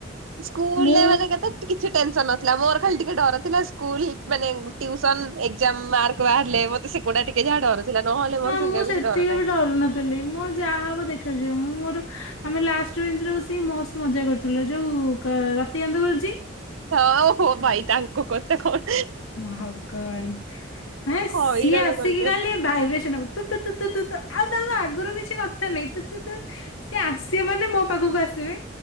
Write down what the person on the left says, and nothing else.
ମୁଁ
ହଁ
ମୁଁ
ସେତିକି
ବି ଡରୁ ନଥିଲି ମୋ ଯାହାବ ଦେଖାଯିବ ମୁଁ ମୋର ଆମେ ଲାଷ୍ଟ ବେଞ୍ଚରେ ବସିକି ମଷ୍ଟ ମଜା କରୁଥିଲ ଯୋଉ ରତି କାନ୍ଧ କରଛି।
ଭାଗବନେ ସିଏ
ଆସିକି
ଖାଲି ଭାଇବ୍ରେସନ ହବ। ତୁ ତୁ ତୁ ତୁ ତୁ ଆଉ ତାଉ ଆଗରୁ କିଛି ଦରକାର ନାଇ। ତୁ ତୁ ତୁ ତୁ ସି ଆସିବେ ମାନେ ମୋ ପାଖକୁ ଆସିବେ,